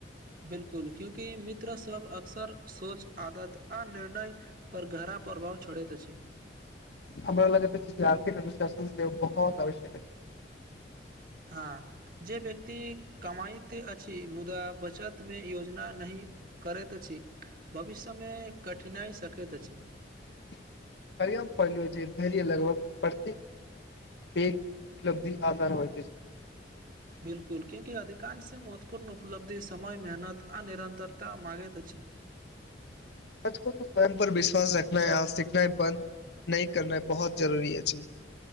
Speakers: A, on the right; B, on the left.
A: बिल्कुल क्यूंकि मित्रा सब अक्सर सोच आदत आ निर्णय पर गहरा प्रभाव छोड़त अछि
B: हमरा लागत अछि जे आर्थिक अनुशासन से बोहोत आवश्यक अछि
A: हँ जे व्यक्ति कमाइत अछि मुदा बचत में योजना नहीं करैत अछी भविष्य में कठिनाई सकैत अछि
B: <inaudible> आइए पढ़लियै जे धैर्य लगभग प्रत्येक की <inaudible> उपलब्धि आधार होइत अछि
A: बिल्कुल क्योकि अधिकार से महत्वपूर्ण उपलब्धि समय मेहनत आ निरन्तरता मगैत अछि
B: सच कहूँ तऽ स्वयं पर विश्वास रखनाई आ सीखनाई बन्द नै करनाई बहुत जरूरी अछि